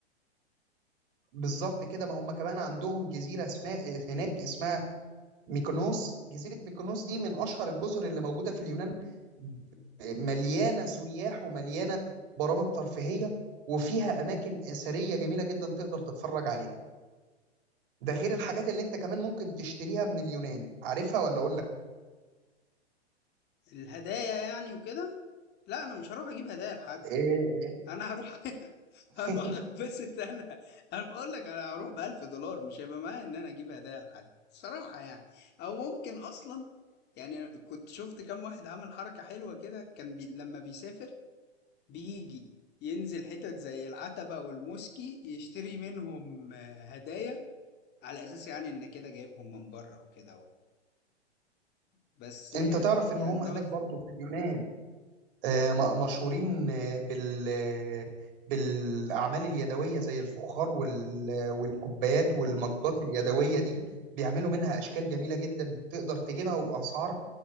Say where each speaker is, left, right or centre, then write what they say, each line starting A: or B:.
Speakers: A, on the right; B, on the left.
A: بالظبط كده ما هم كمان عندهم جزيرة اسمها هناك اسمها ميكونوس جزيرة ميكونوس دي من أشهر الجزر اللي موجودة في اليونان مليانة سياح ومليانة برامج ترفيهية وفيها أماكن أثرية جميلة جدا تقدر تتفرج عليها ده غير الحاجات اللي أنت كمان ممكن تشتريها من اليونان عارفها ولا أقول لك
B: الهدايا يعني وكده لا انا مش هروح اجيب هدايا لحد
A: إيه،
B: انا هروح <laughs>
A: <laughs>
B: هروح اتبسط انا انا بقول لك انا هروح ب 1000 دولار مش هيبقى معايا ان انا اجيب هدايا لحد صراحة يعني او ممكن اصلا يعني كنت شفت كام واحد عمل حركة حلوة كده كان بي... لما بيسافر بيجي ينزل حتت زي العتبة والموسكي يشتري منهم آه، هدايا على اساس يعني ان كده جايبهم من بره وكده بس آه،
A: أنت تعرف إن
B: يعني
A: هم
B: طبعا
A: هناك برضو في اليونان آه، م- مشهورين آه، بال آه، بالأعمال اليدوية زي الفخار وال... آه، والكوبايات والمجات اليدوية دي بيعملوا منها أشكال جميلة جدا تقدر تجيبها وأسعار